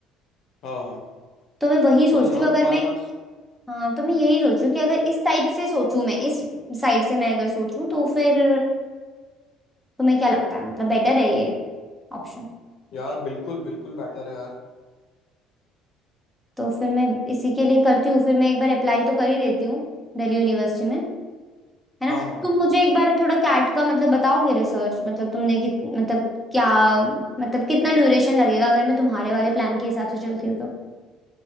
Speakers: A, on the left; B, in the centre.
A: हाँ
B: तो मैं वही सोच
A: वही यार
B: रही हूँ अगर
A: तुम्हारे
B: मैं
A: पास
B: हाँ तो मैं यही सोचूं कि अगर इस टाइप से सोचूं मैं इस साइड से मैं अगर सोचूं तो फिर तुम्हें क्या लगता है मतलब बेटर है ये ऑप्शन
A: यार बिल्कुल बिल्कुल बेटर है यार
B: तो फिर मैं इसी के लिए करती हूँ फिर मैं एक बार अप्लाई तो कर ही देती हूँ दिल्ली यूनिवर्सिटी में है ना
A: हाँ हाँ
B: तुम मुझे एक बार थोड़ा कैट का मतलब बताओगे रिसर्च मतलब तुमने कित मतलब क्या मतलब कितना ड्यूरेशन लगेगा अगर मैं तुम्हारे वाले प्लान के हिसाब से चलती हूँ तो